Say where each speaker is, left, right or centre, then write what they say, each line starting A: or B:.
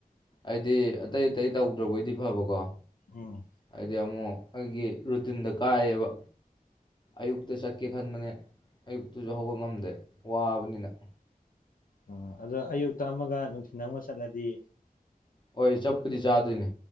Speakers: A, on the left; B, on the left.
A: ꯍꯥꯏꯗꯤ ꯑꯇꯩ ꯑꯇꯩ ꯇꯧꯗ꯭ꯔꯕꯣꯏꯗꯤ ꯐꯕꯀꯣ
B: ꯎꯝ
A: ꯗꯤ ꯑꯃꯨꯛ ꯑꯩꯒꯤ ꯔꯨꯇꯤꯟꯗ ꯀꯥꯏꯌꯦꯕ ꯑꯌꯨꯛꯇ ꯆꯠꯀꯦ ꯈꯟꯕꯅꯦ ꯑꯌꯨꯛꯇꯖꯨ ꯍꯧꯒꯠ ꯉꯝꯗꯦ ꯋꯥꯕꯅꯤꯅ
B: ꯑ ꯑꯗꯣ ꯑꯌꯨꯛꯇ ꯑꯃꯒ ꯅꯨꯡꯊꯤꯟ ꯑꯃꯒ ꯆꯠꯂꯗꯤ
A: ꯍꯣꯏ ꯆꯞꯄꯨꯗꯤ ꯆꯥꯗꯣꯏꯅꯤ